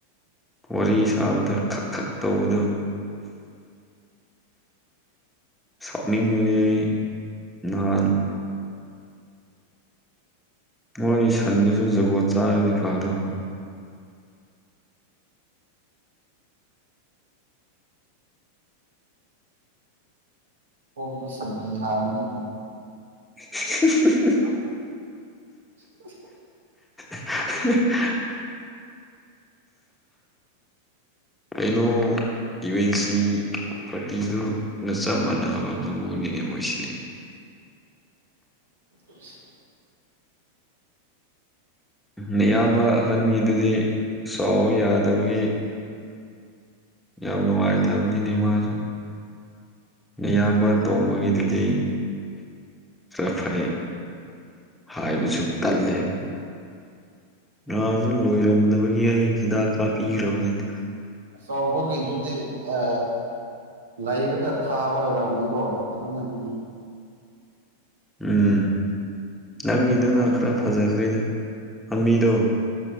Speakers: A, in the centre; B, on the right.
A: ꯋꯥꯔꯤ ꯁꯥꯕꯗ ꯈꯛ ꯈꯛ ꯇꯧꯕꯗꯨ ꯁꯅꯤꯡꯕꯅꯤ ꯑꯩ ꯅꯍꯥꯟ ꯃꯣꯏ ꯁꯟꯗꯨꯁꯨ ꯖꯒꯣꯠ ꯆꯥꯔꯗꯤ ꯐꯒꯗꯕꯅꯣ
B: ꯍ ꯁꯔ ꯃꯤ
A: <unintelligible>
B: <unintelligible>
A: <unintelligible> ꯑꯩꯅꯣ ꯏꯨꯚ ꯑꯦꯟ ꯁꯤ ꯄꯥꯔꯇꯤꯗꯨꯅ ꯆꯞ ꯃꯥꯟꯅꯕ ꯀꯥꯡꯕꯨꯅꯤꯅꯦ ꯃꯣꯏꯁꯤꯗꯤ
B: ꯝ
A: ꯃꯤꯌꯥꯝꯕ ꯑꯍꯟꯒꯤꯗꯨꯗꯤ ꯆꯥꯎꯕ ꯌꯥꯗꯕꯒꯤ ꯌꯥꯝ ꯅꯨꯡꯉꯥꯏꯇꯕꯅꯤꯅꯦ ꯃꯥꯁꯨ ꯌꯥꯝꯕ ꯇꯣꯝꯕꯒꯤꯗꯨꯗꯤ ꯈꯔ ꯐꯩ ꯍꯥꯏꯕꯨꯁꯨ ꯇꯜꯂꯦ ꯅꯍꯥꯟꯁꯨ ꯂꯣꯏꯔꯝꯗꯕꯒꯤ ꯑꯩ ꯍꯤꯗꯥꯛ ꯀꯥꯞꯄꯤꯈ꯭ꯔꯕꯅꯤꯅ
B: ꯁꯥꯎꯕ ꯀꯩꯗꯨꯗꯤ ꯑ ꯂꯩꯔꯒ ꯊꯥꯕ ꯑꯣꯏꯔꯝꯅꯤꯀꯣ ꯑꯗꯨꯅ ꯃꯤ
A: ꯎꯝ ꯅꯪ ꯏꯗꯨꯅ
B: ꯄꯥꯝꯕꯤꯗꯣ
A: ꯈ꯭ꯔꯔ ꯐꯥꯖ ꯈ꯭ꯔꯦꯗ ꯄꯥꯝꯕꯤꯗꯣ